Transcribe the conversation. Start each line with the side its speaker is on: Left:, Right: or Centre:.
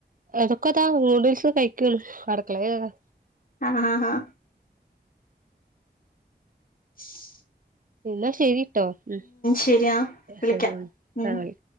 Right: <unintelligible> നൂഡിൽസ് കഴിക്കുന്നു അടുക്കളയിൽ താ
Left: ആ ഹ ഹാ ഹാ ശ് ശ്
Right: ഇന്നാ ശെരിട്ടോ ഉം
Left: ശരിയാ വിളിക്കാം
Right: ശരി
Left: ഉം
Right: ആ വിളി